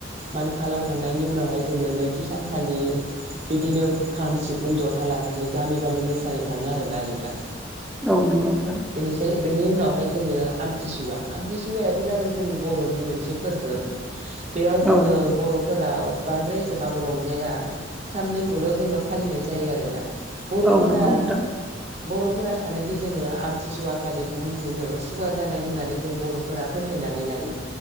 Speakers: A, on the right; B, in the centre.
A: मान खालामखांनायनि उनावहाय जोङो नैथि सानखालि बिदिनो खाम सिफुं जथा लानानै गामि गामि मोसानो थाङो आरोना नोंथां।
B: औ नोंगौ नोंथां।
A: बेनिसै बेनि उनावहाय जोङो आमथिसुवा आमथिसुवायाबो जादों जोंनि बर'नि मोनसे फोरबो। बेयाव जोङो
B: औ
A: बर'फोरा बांद्राय एसेबां रंजाया। साननैखौल' जोङो फालिनाय जा जायो आरोना बर'फोरा
B: औ नंगौ नोंथां
A: बर'फोरा सानोदि जोङो आमथिसुवा खालि बुहुमखौनो सुवा जानाय होननानै जों बर'फोरा फोथायनानै लायो।